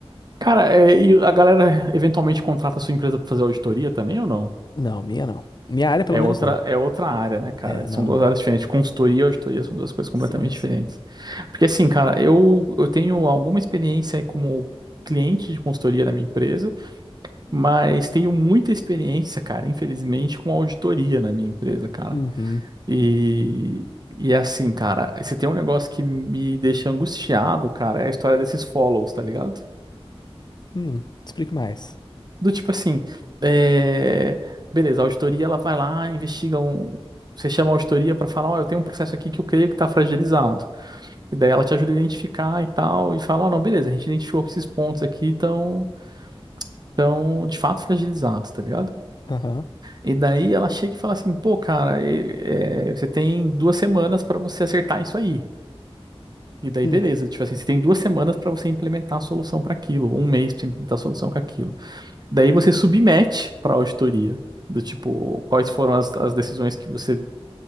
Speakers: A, on the right; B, on the left.
A: Cara, é, e a galera eventualmente contrata a sua empresa pra fazer auditoria também ou não?
B: Não, minha não. Minha área, pelo
A: É
B: menos,
A: outra,
B: não.
A: é outra área, né, cara?
B: É,
A: São
B: não,
A: duas
B: não,
A: áreas
B: não.
A: diferentes. Consultoria e auditoria são duas coisas completamente
B: Sim,
A: diferentes.
B: sim.
A: Porque, assim, cara, eu, eu tenho alguma experiência como cliente de consultoria na minha empresa, mas tenho muita experiência, cara, infelizmente, com auditoria na minha empresa, cara.
B: Uhum.
A: E, e assim, cara, se tem um negócio que me deixa angustiado, cara, é a história desses follows, tá ligado?
B: Hum, explique mais.
A: Do tipo assim, é, beleza, a auditoria ela vai lá, investiga um. Você chama a auditoria pra falar, ó, eu tenho um processo aqui que eu creio que tá fragilizado. E daí ela te ajuda a identificar e tal, e fala, ó, não, beleza, a gente identificou que esses pontos aqui estão estão de fato fragilizados, tá ligado?
B: Aham.
A: E daí ela chega e fala assim, pô, cara, e- é, você tem duas semanas pra você acertar isso aí. E daí,
B: Hum,
A: beleza, tipo assim, você tem duas semanas pra você implementar a solução pra aquilo, um mês pra você implementar a solução para aquilo. Daí você submete para a auditoria do tipo quais foram as, as decisões que você